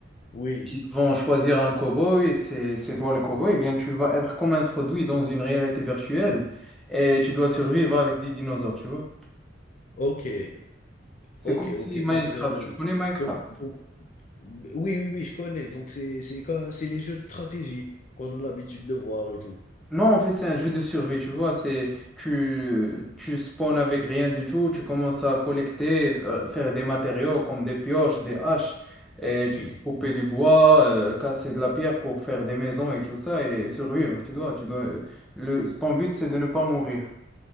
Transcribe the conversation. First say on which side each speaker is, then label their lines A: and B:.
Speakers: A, on the left; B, in the centre.
A: oui.
B: vont choisir un cow-boy, c'est c'est toi le cow-boy, eh bien tu vas être comme introduit dans une réalité virtuelle et tu dois survivre avec des dinosaures, tu vois.
A: OK.
B: C'est
A: OK,
B: comme si
A: OK.
B: Minecraft,
A: Donc c'est un
B: tu connais Minecraft?
A: donc donc oui, oui, oui, je connais. Donc c'est c'est quand c'est les jeux de stratégie qu'on a l'habitude de voir et tout.
B: Non, en fait, c'est un jeu de survie, tu vois, c'est tu tu spawns avec rien du tout, tu commences à collecter, euh, faire des matériaux comme des pioches, des haches et
A: Oui.
B: tu dois couper du bois, euh, casser de la pierre pour faire des maisons et tout ça et survivre, tu dois, tu dois euh, le ton but c'est de ne pas mourir.